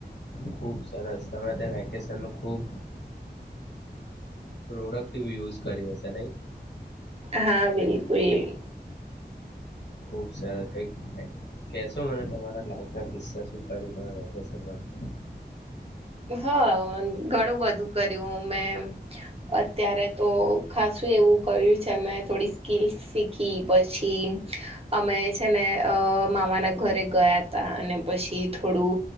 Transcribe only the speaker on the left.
ખુબ સરસ તમે <inaudible> વેકેશન નુ ખુબ પ્રોડક્ટ યુઝ કરીયો હશે નઈ
ખુબ સરસ કઈક કેશો મને તમારા લાઈફ ના કિસ્સા શુ કયું <inaudible>